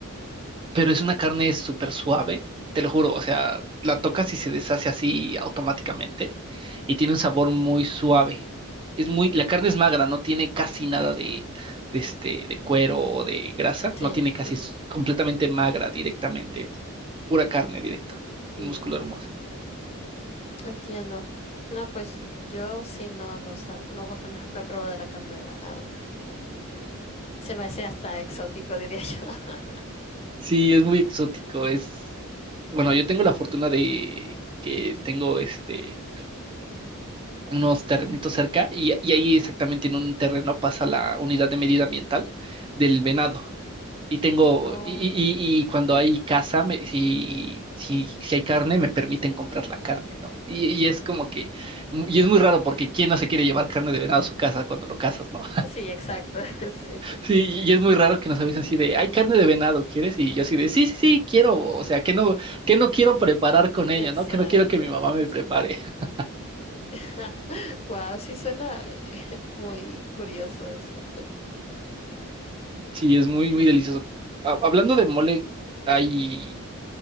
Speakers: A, on the right; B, on the left.
A: pero es una carne súper suave, te lo juro. O sea, la tocas y se deshace así automáticamente. Y tiene un sabor muy suave. Es muy,
B: Mm,
A: la carne es magra, no tiene casi nada de, de este, de cuero o de grasa,
B: sí.
A: no tiene casi,
B: ujú.
A: es completamente magra directamente pura carne directo,
B: Mm,
A: el músculo hermoso.
B: entiendo. No, pues yo sí no, no, usa- no, bueno, no, no he probado la carne de venado. Se me hace hasta exótico, diría yo. <laughs>
A: Sí, es muy exótico, es... Bueno, yo tengo la fortuna de que tengo este, unos terrenitos cerca y, y ahí exactamente en un terreno pasa la unidad de medida ambiental del venado. Y tengo,
B: Oh.
A: y, y- y- y cuando hay caza, me- si, si, si hay carne, me permiten comprar la carne, ¿no? Y, y es como que, y es muy raro porque ¿quién no se quiere llevar carne de venado a su casa cuando lo cazas, ¿no?
B: Sí, exacto, <laughs> sí,
A: Sí, y es muy raro que nos avisen así de, hay carne de venado, ¿quieres? Y yo así de, sí, sí, sí, quiero, o sea, que no, que no quiero preparar con ello,
B: exacto,
A: ¿no? Que no quiero que mi mamá me
B: sí.
A: prepare. <laughs>
B: <laughs> Wow, sí suena <laughs> muy curioso eso.
A: Sí, es muy, muy delicioso. Ha- Hablando de mole, ¿hay